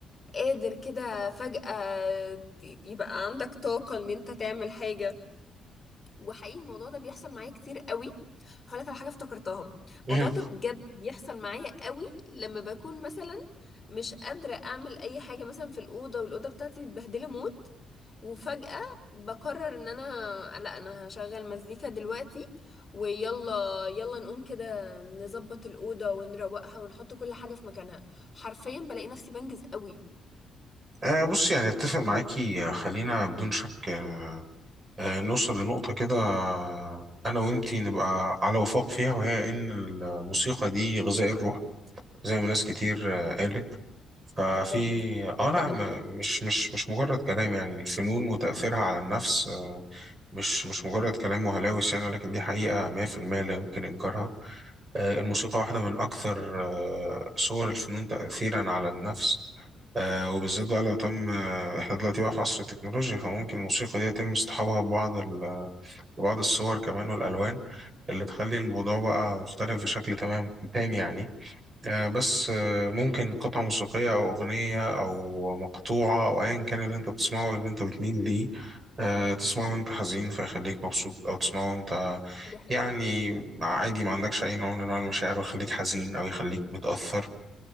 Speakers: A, on the left (about 25°); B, on the right (about 30°).
A: قادر كده فجأة يبقى عندك طاقة ان انت تعمل حاجة وحقيقي الموضوع ده بيحصل معايا كتير قوي هقول لك على حاجه افتكرتها الموضوع
B: مهم.
A: ده بجد بيحصل معايا قوي لما بكون مثلا مش قادره اعمل اي حاجه مثلا في الاوضه والاوضه بتاعتي متبهدله موت وفجاه بقرر ان انا لا انا هشغل مزيكا دلوقتي ويلا يلا نقوم كده نظبط الاوضه ونروقها ونحط كل حاجه في مكانها حرفيا بلاقي نفسي بنجز قوي
B: آه بص يعني اتفق معاكي آه، خلينا بدون شك آه آه، نوصل لنقطة كده آه، انا وانتي نبقى على وفاق فيها وهي ان الموسيقى دي غذاء الروح زي ما ناس كتير آه قالت ففي
A: ده بجد ده بجد
B: اه لا
A: قوي
B: ما- مش مش مش مجرد كلام يعني الفنون وتأثيرها على النفس آه مش مش مجرد كلام وهلاوس يعني ولكن دي حقيقة 100% لا يمكن إنكارها آه، الموسيقى واحدة من أكثر آه، صور الفنون تأثيرا على النفس آه، وبالذات بقى لو تم آه، إحنا دلوقتي بقى في عصر التكنولوجيا فممكن الموسيقى دي يتم اصطحابها ببعض ال- ببعض الصور كمان والألوان اللي تخلي الموضوع بقى مختلف بشكل تمام تام يعني آه، بس آه، ممكن قطعة موسيقية أو أغنية أو مقطوعة أو أيا كان اللي أنت بتسمعه واللي أنت بتميل ليه آه، تسمعه وأنت حزين فيخليك مبسوط أو تسمعه وأنت
A: دي حقيقة
B: يعني عادي ما عندكش أي نوع من أنواع المشاعر ويخليك حزين أو يخليك متأثر